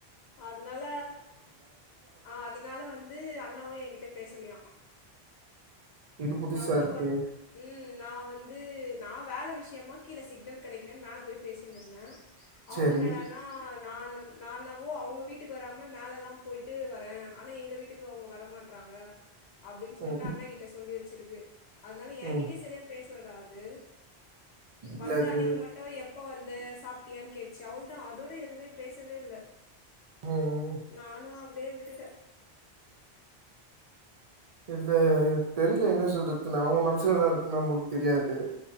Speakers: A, on the left; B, on the right.
A: அதனால ஆ அதனால வந் து அண்ணாவு எங்கிட்ட பேசலயா
B: இது புதுசா
A: நா ஊருக்கு
B: இருக்கே.
A: வந் ம் நா வந்து நா வேல விஷயமா கீழ சிக்னல் கெடைக்கலன் மேல போய் பேசினிரு ந்த அவுங்க
B: சரி.
A: என்னடானா நானன் நா என்னவோ அவுங்க வீட்டுக்கு வராம மேலலா போய்ட்டு வரே ஆனா எங்க வீட்டுக்கு அவுங்க வரமாட்றாங்க அப்டின் சொல்ட்டு
B: ம்.
A: அண்ணங்கிட்ட சொல்லி வெ ச்சிருக்கு அதனால என்கிட்யே
B: ம்.
A: செரியா பேசலடா அது
B: இல்ல
A: வந்த
B: அது
A: அன்னைக்கு மட்டு எப்ப வந்த சாப்ட்டியா கேட்ச்சு அவள்தா அதோட எதுமே பேசவே இல்ல
B: ம்
A: நானு அப்டியே விட்டுட்டே
B: இல்ல தெரில என்ன சொல்றதுனு அவுங்க மனசுல வேற இருக் நம்மளுக் தெரியாது